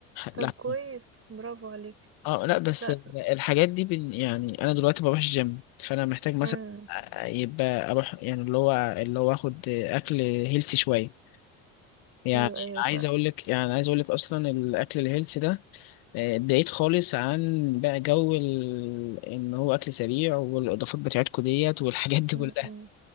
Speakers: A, on the right (about 35°); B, on the left (about 65°).
A: طب
B: لحمة
A: كويس برافو عليك
B: اه لا بس
A: لا
B: الحاجات دي بن يعني انا دلوقتي بروح الجيم فانا محتاج مثلا
A: امم
B: آه، يبقى اروح يعني اللي هو اللي هو اخد اكل هيلسي شويه يعني
A: ايوه ايوه
B: عايز
A: ف
B: اقول لك يعني عايز اقول لك اصلا الاكل الهيلسي ده آه، بعيد خالص عن بقى جو ال... ان هو اكل سريع والاضافات بتاعتكم ديت والحاجات دي
A: امم
B: كلها
A: أمم.